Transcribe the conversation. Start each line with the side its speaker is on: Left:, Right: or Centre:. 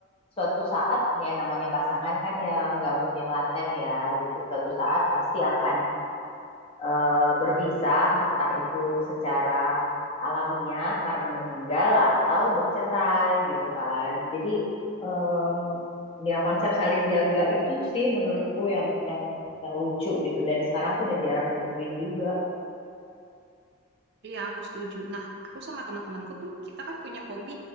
Left: suatu saat, ya namanya pasangan kan ya nggak mungkin laten ya gitu. Suatu saat pasti akan eh, berpisah, entah itu secara alamiah karena meninggal atau bercerai gitu kan. Jadi em, ya konsep saling jaga itu sih menurutku yang yang yang lucu gitu. Dan sekarang tuh udah jarang ditemuin juga.
Right: Iya, aku setuju. Nah, aku sama teman-temanku tuh kita kan punya hobi